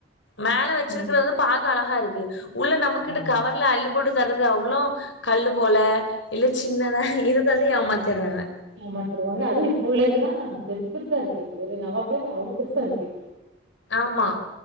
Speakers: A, on the left; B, on the right.
A: மேல வச்சுருக்றது
B: ம்
A: பாக்க அழகா இருக்கு உள்ள நம்மகிட்ட
B: ஆமா
A: கவர்ல அள்ளி போட்டு தர்றது அவ்ளோ கல்லுப் போல இல்ல சின்னதா இது து வந்து ஏமாத்திர்றாங்க
B: ஏமாத்திருவாங்க அதுவு இப்ப உள்ள இதுல்லா பெருசு பெருசா இருக்கு ஒரு நவாப்பழமே அவ்ளோ பெருசா இருக்கு
A: ஆமா